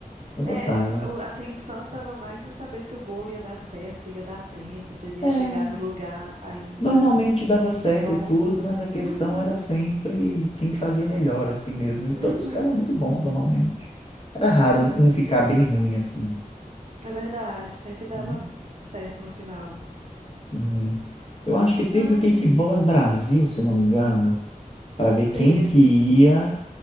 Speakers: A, on the left; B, on the right.
A: Eu gostava.
B: É, o- a atenção tava mais em saber se o bolo ia dar certo, se ia dar tempo, se ele ia
A: É.
B: chegar no lugar ainda
A: Normalmente dava certo
B: pronto,
A: e tudo,
B: né?
A: mas a questão
B: Uhum.
A: era sempre quem fazia melhor, assim mesmo. E todos
B: Uhum.
A: ficavam muito bons, normalmente. Era raro
B: Sim.
A: um um ficar bem ruim, assim.
B: É verdade, sempre dava
A: né?
B: certo no final.
A: Sim. Eu acho que teve
B: Ah,
A: o Cake Boss Brasil, se não me engano, para ver quem
B: teve.
A: que ia,